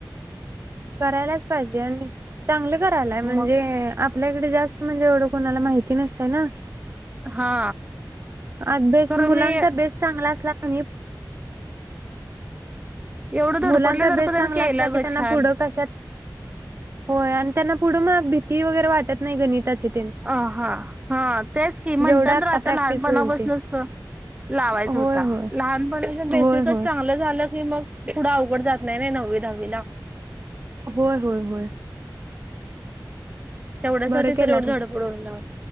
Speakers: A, on the right; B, on the right.
A: करायलाच पाहिजे आणि चांगले करायलाय म्हणजे
B: मग
A: आपल्याकडे जास्त म्हणजे एवढं कोणाला माहिती नसतं ना.
B: हा
A: आ बेस
B: खरं
A: मुलांचा
B: मी
A: बेस. चांगला असला आणि.
B: एवढं धडपडल्यासारखं
A: मुलांचा बेस
B: त्याने
A: चांगला
B: केला
A: असला क
B: ग
A: त्यांना.
B: छान
A: कश होय आणि त्यांना पुढं मग भीती वगैरे वाटत नाही गणिताचे ते.
B: अ हा हा तेच की
A: जेवढं
B: म्हणतात र आता
A: प्रॅक्टिस
B: लहानपणापासूनच.
A: होईल ते
B: लावायच
A: होय
B: होता
A: होय
B: लहानपणी बेसिकच
A: होय होय
B: चांगलं झालं की मग. थड अवघड जात नाही ना नववी दहावी ला.
A: होय होय होय.
B: तेवढ्यासाठी
A: बरं केला
B: तर एवढं
A: ते
B: झाडंपड लावलं